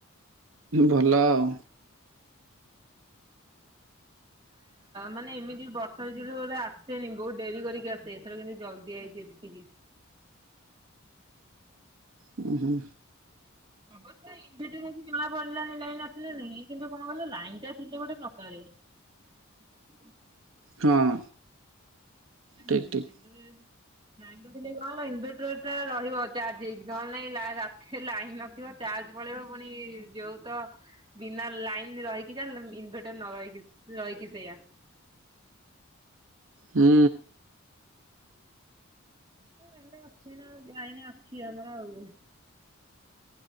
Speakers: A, on the right; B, on the right.
A: ଭଲ ଆଉ।
B: ମାନେ ଏମିତି ବର୍ଷା ଯୁ ଗୋଟେ ଆସେନି, ବହୁତ ଡେରି କରିକି ଆସେ, ଏଥର ଜଲଦି ଆଇଛି ଟିକେ
A: ହୁଁ ହୁଁ
B: ଅବଶ୍ୟ ଏବେଠୁ ଯଦି ଜଣା ପଡିଲାନି ଲାଇନ ଆସିଲାନି କିନ୍ତୁ କଣ କହିଲ ଲାଇନ ଟା ଥିଲେ ଗୋଟେ ପ୍ରକାର। <inaudible>
A: ହଁ
B: ଆମ
A: ଠିକ୍
B: ଇନଭେଟରେ
A: ଠିକ୍
B: ଲାଇନ୍ କଟିଲେ କଣ ହେଲା ଇନଭେଟରଟା ରହିବ ଚାର୍ଜ ହେଇକି ନହେଲେ ନାଇ ରାତିରେ ଲାଇନ୍ ନଥିବ। ଚାର୍ଜ ପଳେଇବ ପୁଣି ଯୋଉ ତ ବିନା ଲାଇନରେ ରହିକି ଯାହା ଇନଭଟର ନ ରହିକି ରହିକି ସେୟା।
A: ହୁଁ
B: ସେମିତି ଅଛି ନା ଲାଇନ୍ ଆଖି ଆମର ଆଉ।